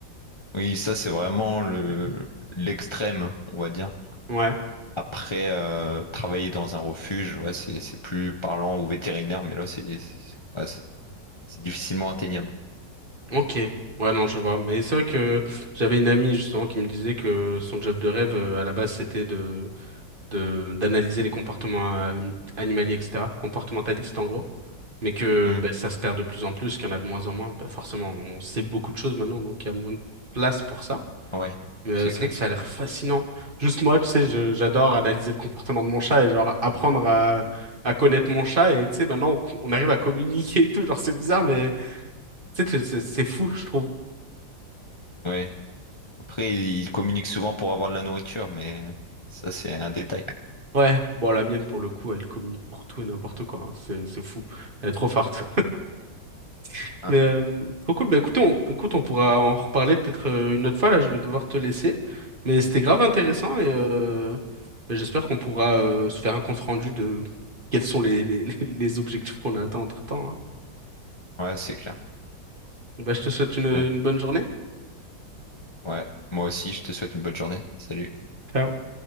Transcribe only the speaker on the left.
Oui, ça, c'est vraiment le l'extrême, on va dire.
Après, euh, travailler dans un refuge, ouais, c'est c'est plus parlant ou vétérinaire, mais là, c'est c'est ouais, c'est- c'est difficilement atteignable.
Hmm.
Ouais,
c'est
clair.
Ouais. Après, ils communiquent souvent pour avoir de la nourriture, mais ça, c'est un détail.
Hein.
Ouais, c'est clair.
Ouais.
Ouais. Moi aussi, je te souhaite une bonne journée. Salut.